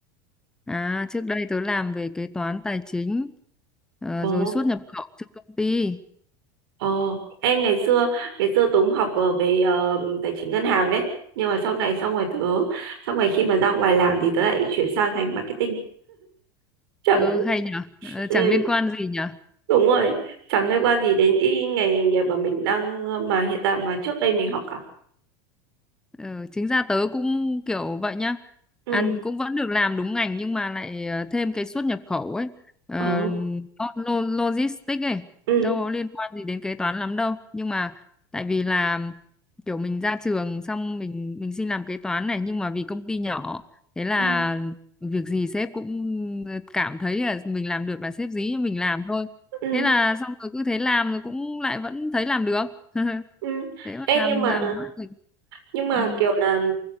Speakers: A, in the centre; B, on the right.
A: À, trước đây tớ làm về kế toán tài chính, ờ,
B: Ồ,
A: rồi xuất nhập khẩu cho công ty.
B: ồ. Em ngày xưa, ngày xưa tớ cũng học ờ, về ờ, tài chính ngân hàng đấy. Nhưng mà sau này xong rồi tớ, xong rồi khi mà ra ngoài làm thì tớ lại chuyển sang thành marketing. Chẳng,
A: Ừ, hay nhở, Ờ,
B: ừ,
A: chẳng liên quan gì nhỉ?
B: đúng rồi, chẳng liên quan gì đến cái nghề nghiệp mà mình đang, ờ, mà hiện tại mà trước đây mình học cả.
A: Ừ, chính ra tớ cũng kiểu vậy nhá
B: Ừ.
A: ăn cũng vẫn được làm đúng ngành nhưng mà lại ờ, thêm cái xuất nhập khẩu ấy ờ,
B: Ồ.
A: nó lo- logistics ấy
B: ừ
A: đâu có liên quan gì đến kế toán lắm đâu nhưng mà tại vì là kiểu mình ra trường xong mình mình xin làm kế toán này nhưng mà vì công ty nhỏ thế là
B: Ờ.
A: việc gì sếp cũng ờ, cảm thấy là mình làm được là sếp dí cho mình làm thôi
B: ừ
A: thế là xong rồi cứ thế làm rồi cũng lại vẫn thấy làm được <laughs>
B: ừ
A: thế mà
B: Ê,
A: làm
B: nhưng mà
A: làm nó thì
B: nhưng mà
A: ừ.
B: kiểu là ừm,